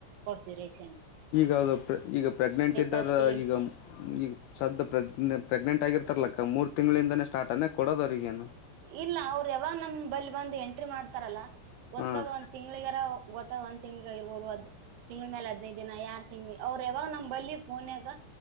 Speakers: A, on the right; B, on the left.
A: ಕೊಡ್ತು ರೇಷನ್ -
B: ಈಗದು ಪ್ರ ಈಗ ಪ್ರೆಗ್ನೆಂಟ್ ಇದ್ದಾರ
A: ತತ್ತಿ
B: ಈಗ ಈಗ ಸದ್ದು ಪ್ರೆಗ್ ಪ್ರೆಗ್ನೆಂಟ್ ಆಗಿರ್ತಾರಲಕ್ಕ ಮೂರು ತಿಂಗಳಿಂದಾನೇ ಸಾರ್ಟ್ ಅನ್ನೇ ಕೊಡೋದು ಅವ್ರಿಗೇನು-
A: ಇಲ್ಲ ಅವರು ಯಾವಾಗ ನಮ್ ಬಲ್ ಬಂದು ಎಂಟ್ರಿ ಮಾಡ್ತಾರಲ್ಲ ಗೊತ್ತಾದಂತ-
B: ಹಾಂ
A: ತಿಂಗ್ಳಗಾರ ಗೊತ್ತ ಒಂದ್ ತಿಂಗ್ಿಗ ಇರ್ಬೋದು ಅದ್- ತಿಂಗ್ ಮೇಾಲ ಹದ್ಿನೈದು ದಿನ ಯಾರ್ ತಿಂಗ್ಳ ಅವ್ರ ಯಾವ ನಮ್ ಬಲ್ಲಿಿ ಫೋನ್ಾಗ-